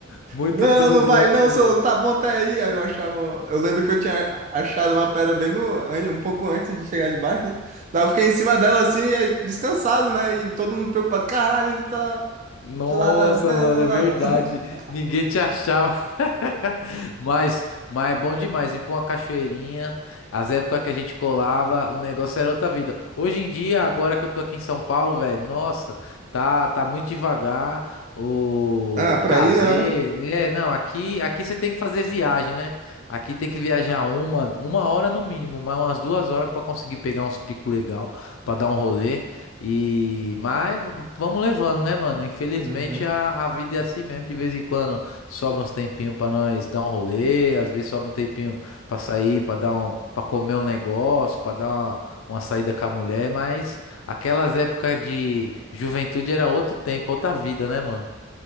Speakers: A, on the left (about 75°); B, on the right (about 35°).
A: Muito
B: Não,
A: doido,
B: não vai
A: né, mano?
B: não, seu louco, tá bom até aí. Aí eu achava. Eu lembro que eu tinha achado uma pedra bem no. Um pouco antes de chegar debaixo, né? Daí eu fiquei em cima dela assim, e aí, descansado, né? E todo mundo preocupado. Caralho, ele tá
A: Nossa,
B: lá nadando
A: mano, é verdade.
B: lá. <laughs>
A: Ninguém te achava. <laughs> Mas, mas é bom demais ir pra uma cachoeirinha. As épocas que a gente colava, o negócio era outra vida. Hoje em dia, agora que eu tô aqui em São Paulo, velho, nossa, tá, tá muito devagar. O
B: Ah, pra
A: casei.
B: ir, né?
A: É, não, aqui, aqui você tem que fazer viagem, né? Aqui tem que viajar uma, uma hora no mínimo, mas umas duas horas pra conseguir pegar uns picos legal, pra dar um rolê. E mas vamos levando, né, mano? Infelizmente
B: Uhum.
A: a, a vida é assim mesmo. De vez em quando sobra uns tempinhos pra nós dar um rolê, às vezes sobra um tempinho pra sair, pra dar um, para comer um negócio, pra dar uma, uma saída com a mulher. Mas aquelas épocas de juventude era outro tempo, outra vida, né, mano?